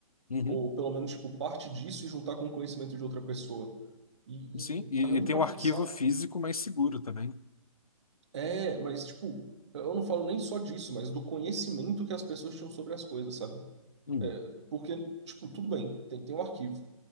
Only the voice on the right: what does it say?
ou pelo menos, tipo, parte disso e juntar com o conhecimento de outra pessoa. E,
e, e
parando
para
pensar,
é, mas, tipo, eu não falo nem só disso, mas do conhecimento que as pessoas tinham sobre as coisas, sabe?
É, porque, tipo, tudo bem, tem, tem um arquivo.